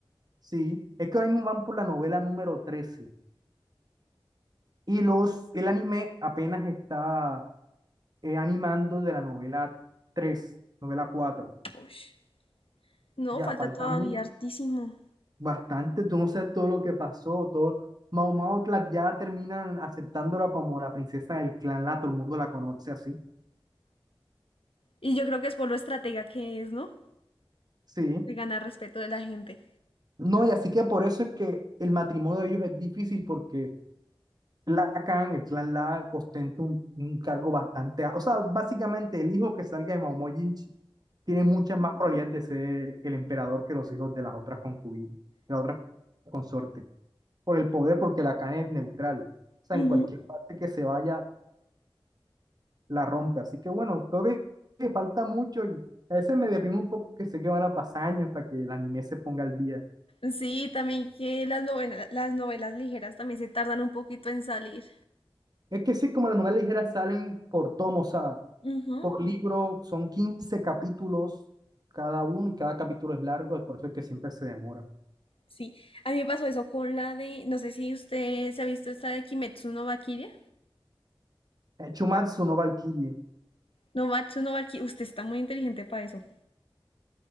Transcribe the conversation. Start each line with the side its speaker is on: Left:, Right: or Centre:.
Right: Sí, es que ahora mismo van por la novela número 13 y los, el anime apenas está eh, animando de la novela tres novela cuatro
Left: Ush. No,
Right: Ya,
Left: falta
Right: falta
Left: todavía
Right: mucho,
Left: hartísimo.
Right: bastante, tú no sabes todo lo que pasó, todo. Mau Mau la- ya terminan aceptándola como la princesa del clan La, todo el mundo la conoce así.
Left: Y yo creo que es por lo estratega que es, ¿no?
Right: Sí.
Left: De ganar respeto de la gente.
Right: No, y así que por eso es que el matrimonio de ellos es difícil porque La Khan, el clan La, ostenta un, un cargo bastante. a- O sea, básicamente el hijo que salga de Mau Mau Jinchi tiene muchas más probabilidades de ser el emperador que los hijos de las otras concubinas, de las otras consortes. por el poder, porque la Khan es neutral. O sea,
Left: Ujú.
Right: en cualquier parte que se vaya, la rompe. Así que bueno, creo que, que falta mucho y a veces me deprimo un poco que sé que van a pasar años para que el anime se ponga al día.
Left: Sí, también que las novelas, las novelas ligeras también se tardan un poquito en salir.
Right: Es que sí, como las novelas ligeras salen por tomo, o sea,
Left: Ujú,
Right: por libro, son 15 capítulos cada uno y cada capítulo es largo, es por eso es que siempre se demora.
Left: Sí, a mí me pasó eso con la de, no sé si usted se ha visto esta de Kimetsu no Valkyria.
Right: Eh, Chumatsu no Valkyrie,
Left: No, Matsu no Valkyria, usted está muy inteligente para eso.